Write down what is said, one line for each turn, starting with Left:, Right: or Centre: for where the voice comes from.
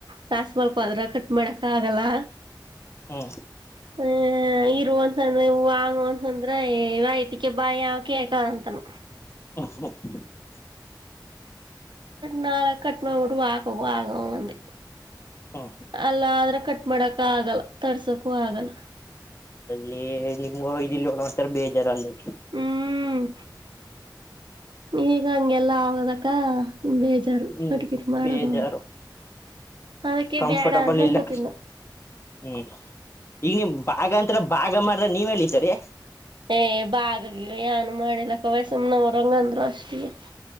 Right: ಸಾಸ ಮಲ್ಕೋ ಅದ್ರ ಕಟ್ ಮಾಡಕ ಆಗಲ್ಲ
Left: ಹೂ
Right: <unintelligible> ಇರು ಅಂತದ್ರೆ <unintelligible> ಅಂತದ್ರೆ ಹೇ ನನ್ ಯಾಕ್ ಬಾ ಅಕ್ಕ ಯಾವಕೇಕಂತನ
Left: <unintelligible>
Right: ನಾಳೆ ಕಟ್ ಮಾಡ್ಬಿಟ್ಟು ವಾಕ್ <unintelligible>
Left: ಹ್ಮ್
Right: ಅಲ್ಲ ಆದ್ರೆ ಕಟ್ ಮಾಡಕ ಆಗಲ್ಲ ತರ್ಸಕೂ ಆಗಲ್ಲ
Left: ಅಲ್ಲಿ ನಿಮ್ಗೂ ಇದೀವಲ್ಲ ಒಂತರ ಬೇಜಾರ ಅಲ್ಲಿ
Right: ಹ್ಮ್ <inaudible> ಈಗ ಹಂಗೆಲ್ಲ ಆದಕ್ಕ ಬೇಜಾರು
Left: ಹ್ಮ್
Right: ಕಟ್ ಗಿಟ್ ಮಾಡದಂದ್ರ
Left: ಬೇಜಾರು
Right: ಅದಕ್ಕೆ
Left: ಕಂಫರ್ಟಬಲ್
Right: ಬ್ಯಾಡ ಅನ್ಕ
Left: ಇಲ್ಲ
Right: ಕೂತಿದ್ನೋ
Left: ಹ್ಮ್ ಈಗ ನೀಮ್ಮ್ ಭಾಗ ಅಂತ್ರ ಭಾಗ ಮಾಡಾಗ ನೀವು ಎಲ್ಲಿ ಇದಾರಿ
Right: ಹೇ ಭಾಗ ಗೀಗ ಏನು ಮಾಡಿಲ್ಲ ಕವ ಸುಮ್ನೆ ಅವ್ರಗಂದ್ರು ಅಷ್ಟಿಯೇ